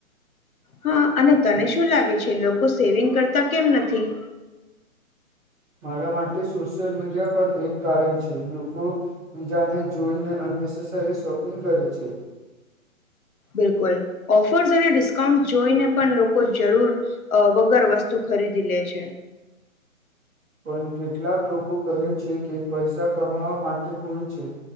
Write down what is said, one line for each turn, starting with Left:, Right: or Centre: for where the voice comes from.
Left: હા, અને તને શું લાગે છે? લોકો સેવિંગ કરતા કેમ નથી?
Centre: મારા માટે સોશિયલ મીડિયા પન એક કારણ છે. લોકો બીજાને જોઈને અન્ય સીસ તો એ શોપિંગ કર્યું છે.
Left: બિલકુલ ઓફર્સ અને ડિસ્કાઉન્ટ જોઈને પણ લોકો જરૂર અ વગર વસ્તુ ખરીદી લે છે.
Centre: પન કેટલાક લોકો કહે છે કે પૈસા કમાવા માટે હોય છે.